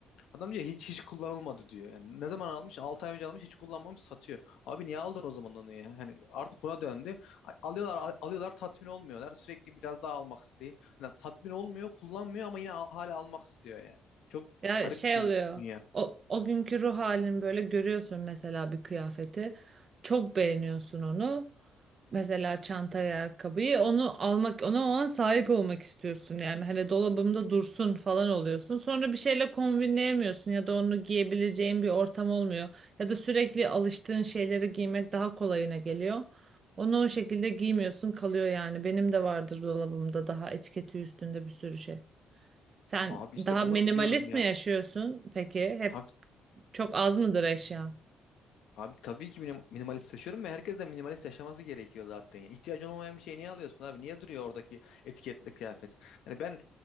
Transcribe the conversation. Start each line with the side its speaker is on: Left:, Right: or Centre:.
Left: Adam diyor hiç hiç kullanılmadı diyor. Yani ne zaman almış? 6 ay önce almış hiç kullanmamış satıyor. Abi niye aldın o zaman onu ya? Hani artık buna döndü. Alıyorlar al- alıyorlar tatmin olmuyorlar. Sürekli biraz daha almak isteği. Hani tatmin olmuyor, kullanmıyor ama yine al- hala almak istiyor ya Çok
Right: Ya
Left: garip
Right: şey
Left: bir
Right: oluyor.
Left: dünya.
Right: O, o günkü ruh halini böyle görüyorsun mesela bir kıyafeti. Çok beğeniyorsun onu. Mesela çantaya ayakkabıyı onu almak, ona o an sahip olmak istiyorsun. Yani hani dolabımda dursun falan oluyorsun. Sonra bir şeyle kombinleyemiyorsun ya da onu giyebileceğin bir ortam olmuyor. Ya da sürekli alıştığın şeyleri giymek daha kolayına geliyor. Onu o şekilde giymiyorsun kalıyor yani. Benim de vardır dolabımda daha etiketi üstünde bir sürü şey. Sen
Left: Abi işte
Right: daha
Left: onu
Right: minimalist
Left: diyorum ya.
Right: mi yaşıyorsun peki? Hep
Left: Abi
Right: çok az mıdır eşyan?
Left: Abi tabii ki minim- minimalist yaşıyorum ve herkes de minimalist yaşaması gerekiyor zaten. Yani ihtiyacın olmayan bir şey niye alıyorsun abi? Niye duruyor oradaki etiketli kıyafet? Hani ben